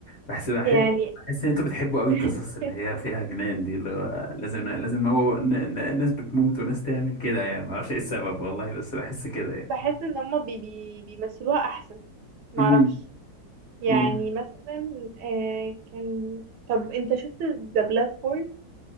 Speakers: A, on the left; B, on the right.
A: بحس بحب
B: يعني
A: بحس ان انتوا بتحبوا قوي القصص
B: <laughs>
A: اللي هي فيها جنان دي اللي هو لازم لازم هو ن- ن- ناس بتموت وناس تعمل كده يعني معرفش ايه السبب والله بس بحس كده يعني
B: بحس ان هما بي بي بيمثلوها احسن معرفش
A: امم
B: يعني
A: ممكن
B: مثلا آه كان طب انت شفت ذا بلاتفورم